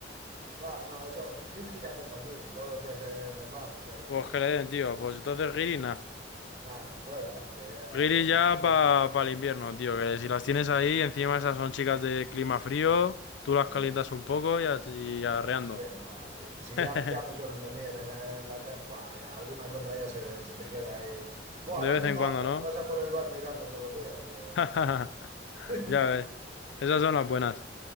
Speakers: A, on the right; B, on the left.
A: Va, no, eso, pues guiris ya tengo aquí, todos los días en el bar, o sea que,
B: Pues que le den, tío. Pues entonces
A: sí.
B: guiris, nada.
A: nada, fuera, hostia, ya,
B: Guiri
A: que,
B: ya
A: que se quede.
B: para el invierno, tío, que si las tienes
A: Eh,
B: ahí, encima esas son chicas de clima frío, tú las
A: sí.
B: calientas un poco y, así- y arreando.
A: Sí, no, sí, sí,
B: <laughs>
A: ya, ya me suelen venir en la, en la te- Buah, ya alguna que otra ya se, se te queda ahí. Bueno,
B: De
A: ahora
B: vez
A: tengo
B: en cuando,
A: otra
B: ¿no?
A: que pasa por el bar mirando todos los días. o sea.
B: <laughs>
A: <laughs>
B: Ya ves, esas son las buenas.